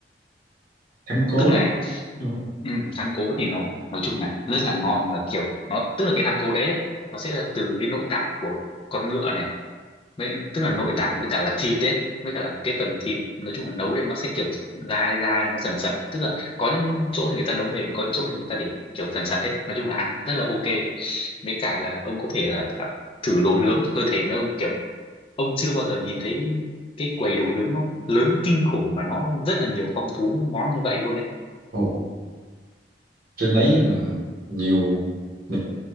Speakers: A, on the right; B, on the left.
A: thắng cố
B: tức là ừ,
A: đúng không
B: ừ, thắng cố thì nó nói chung là rất là ngon và kiểu nó tức là cái thắng cố đấy ấy, nó sẽ là từ cái nội tạng của con ngựa này Mấy, tức là
A: à,
B: nội
A: ừ.
B: tạng với cả là thịt đấy với cả là cái phần thịt nói chung là nấu lên nó sẽ kiểu dai dai nó sần sật tức là có những chỗ thì người ta nấu mềm có những chỗ thì người ta để kiểu dần sật đấy nói chung là ăn rất là ok với cả là ông có thể là tạ- thử đồ nướng tôi thấy mấy ông kiểu ông chưa bao giờ nhìn thấy cái quầy đồ nướng nó lớn kinh khủng mà nó rất là nhiều phong phú món như vậy luôn đấy
A: Ồ, trên đấy mà nhiều mình